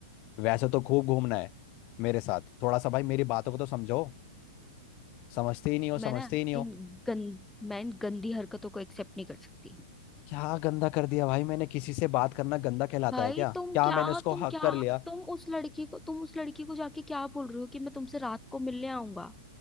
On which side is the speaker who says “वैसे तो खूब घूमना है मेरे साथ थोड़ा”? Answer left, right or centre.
Left